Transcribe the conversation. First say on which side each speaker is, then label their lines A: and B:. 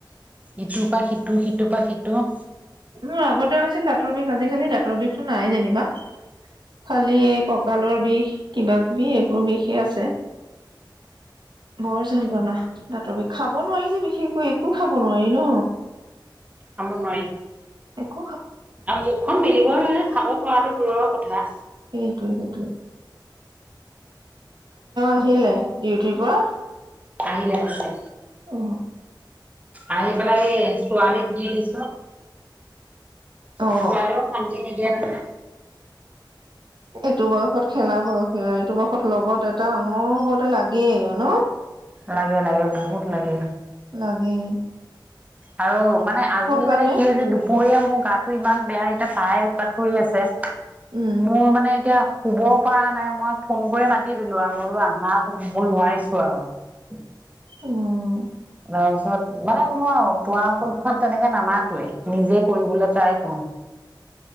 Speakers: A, on the right (about 20°); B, on the right (about 65°).
A: ইটোৰ পৰা সিটো সিটোৰ পৰা সিটো।
B: মোৰ আগতে হৈছিল দাঁতৰ বিষ আজিকালি দাঁতৰ বিষ নাই যেনিবা। খালি এই কঁকালৰ বিষ কিবা, কিবি সেই টো বিষ হে আছে। বৰ যন্ত্ৰণা দাঁতৰ বিষ খাব নোৱাৰি যে, বিশেষকৈ একো খাব নোৱাৰি। নোৱাৰি, ন। অ।
A: খাব নোৱাৰি
B: <inaudible> <inaudible>
A: আৰু মুখখন মেলিব নোৱাৰি খাব খুৱাটো দূৰৰ কথা।
B: সেইটোৱেই, সেইটোৱেই আহিলে ডিউটিৰ পৰা
A: আহিলে, আহিলে
B: অ
A: আহি পেলাই এই ছোৱালী দি দিছো
B: অ
A: খোৱালেও শান্তি নিদিয়ে নহয়।
B: এইটো বয়সত খেলা বয়সে। এইটো বয়সত লগত এটা অনবৰতে লাগেই ন
A: লাগে, লাগে বহুত লাগে।
B: লাগে
A: আৰু মানে, আজি
B: কাৰণে
A: মানে কি হৈছে দুপৰীয়া মোৰ গাতটো ইমান বেয়া, এতিয়া তাই উৎপাত কৰি আছে।
B: উম
A: মোৰ মানে এতিয়া শুব পৰা নাই, মই ফোন কৰি মাতি দিলোঁ আৰু মই বোলো আহা আকৌ শুব নোৱাৰিছোঁ আৰু
B: উম
A: তাৰপিছত মানে মই পৰা পক্ষত তেনেকে নামাতোৱে, নিজে কৰিবলৈ ট্ৰাই কৰোঁ।